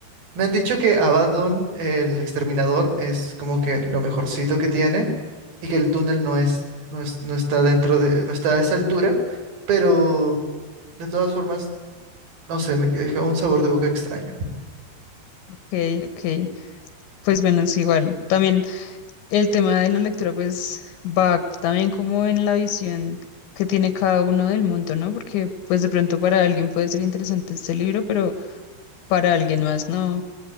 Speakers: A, on the right; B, on the left.
A: Me han dicho que Abaddon, el exterminador, es como que lo mejorcito que tiene y que el túnel no es, no es, no está dentro de, no está a esa altura, pero de todas formas, no sé, me dejó un sabor de boca extraño.
B: ok. Pues bueno, es igual. También el tema de la lectura, pues va también como en la visión que tiene cada uno del mundo, ¿no? Porque pues de pronto para alguien puede ser interesante este libro, pero para alguien más no.